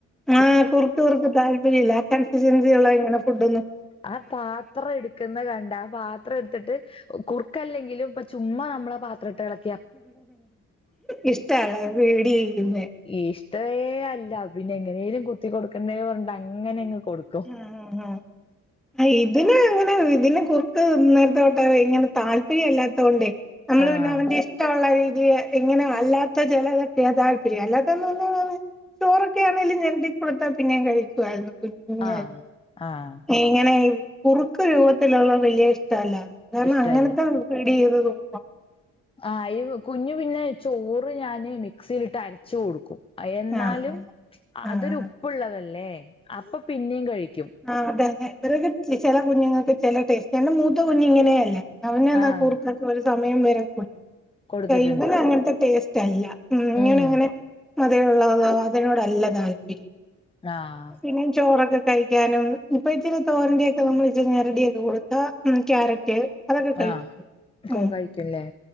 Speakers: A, in the centre; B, on the left.
A: ആഹ കുറക്ക് കുറക്ക ത അില്ലാ കൺസിസ്റ്റൻസ ഉള്ളോ എങ്ങന ഫുഡ ഒന്നും
B: ആ പാത്രം എടുക്കുന്ന കണ്ട പാത്രം എടുത്തിട്ട് കുറുക്കല്ലെങ്കിലും ഇപ്പ ചുമ്മാ നമ്മളെ പാത്ര ഇട്ട് എളക്കും
A: ഇഷ്ട മഅല്ലെ <inaudible>
B: ഇഷ്ടേ അല്ല പിന്നെ എങ്ങനെേലും കുത്തി കൊടുക്കണ്ടേ പറഞ്ഞ് അങ്ങനെ അങ് കൊടുക്കും
A: ആഹ ആ ആഹ അ ഇതിന് അങ്ങനെ ഇതിനെ കുർക്ക് നേരത്തോട്ടെ ഇങ്ങനെ താല്പര്യംല്ലാത്തോണ്ടേ നമ്മള്
B: ആഹ്
A: പിന്നെ അവന്റെ ഇഷ്ടം ഇഷ്ടുള്ള രീതിൽ ഇങ്ങനെ അല്ലാത്ത ചിലതൊക്കയതാല്പര്യം അല്ലാത്തൊന്ന ഒന്നാണ് ചോറൊക്കെ ആണെങ്കും ഞെവിടി കൊടുത്തൽ പിന്നേ കഴിക്കുായിരുന്നു കുഞ്ഞു
B: ആഹ് ആഹ്
A: ഇങ്ങനെ കുറുക്ക് രൂപത്തിലുള്ളത് വലിയ ഇഷ്ടമല്ലാണ് കാരണം
B: ഇഷ്ടല്ല
A: അങ്ങനത്തെ പിടി ചെയ്തോന്നും
B: ആ അ കുഞ്ഞു പിന്നെ ചോറ് ഞാന് മിക്സിയിലിട്ട് അരച്ച് കൊടുക്കും എന്നാലും
A: ആഹ് ആഹ്
B: അതൊരു ഉപ്പുള്ളതല്ലേ അപ്പൊ പിന്നെയും കഴിക്കും
A: ആ് അതെതെ ചില കുഞ്ഞുങ്ങൾക്ക് ചില ടേസ്റ്റ് എന്റെ മൂത്ത കുഞ്ഞു ഇങ്ങനെയ അല്ലേ അവനു എന്നാ
B: ആഹ്
A: കുറുക്കൊക്ക ഒരു സമയം വരെ
B: കൊടുത്തിട്ടുണ്ട്
A: ഇവന് അങ്ങനത്തെ ടേസ്റ്റ് അല്ല ഇങ്ങനങ്ങനെ
B: ഉം
A: അതേുള്ളതോ അതിനോടല്ല താല്പര്യം
B: ആഹ്
A: പിന്നും ചോറൊക്കെ കഴിക്കും ക്കാനും ഇപ്പ ഇച്ചിരി തോരണ്ന്റെയൊക്കെ നമ്മൾ ഇച്ചിരി ഞെരിഒക്കെ കൊടുത്താ കാരറ്റ് അതൊക്കെ കഴിക്കും
B: ആഹ്
A: ഉം
B: കോ കഴിക്കുംല്ലേ